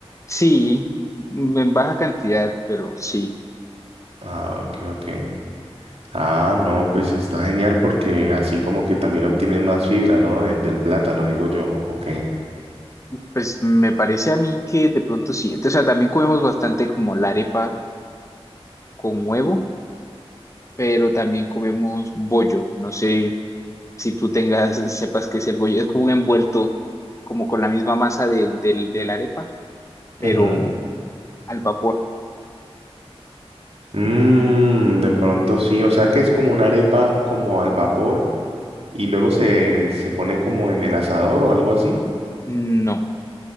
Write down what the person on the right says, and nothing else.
Ah, ok, ok. Ah, no, pues está genial porque así como que también obtienen más fibra, ¿no? De- del plátano, digo yo. Ok.
Ujú.
Mm, de pronto sí, o sea que es como una arepa como al vapor, y luego se, se pone como en el asador o algo así.